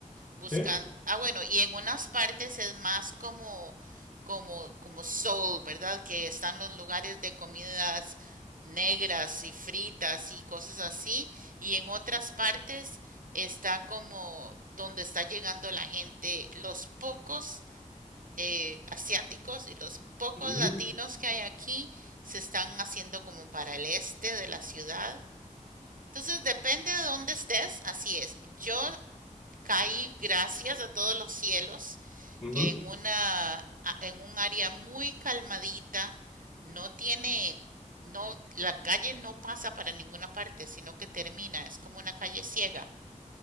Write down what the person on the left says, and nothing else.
Sí,
ujú,
ujú.